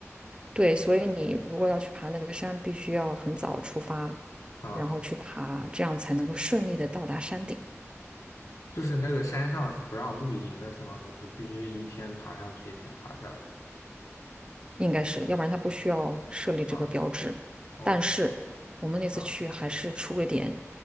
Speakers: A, on the right; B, on the left.
A: 对，所以你如果要去爬那个山，必须要很早出发，
B: 啊。
A: 然后去爬，这样才能够顺利的到达山顶，
B: 就是那个山上是不让露营的，是吗？就是必须一天爬上去，一天爬下来
A: 应该是，要不然他不需要设立这个标志。
B: 啊。哦，
A: 但是我们那次去还是出了点
B: 啊，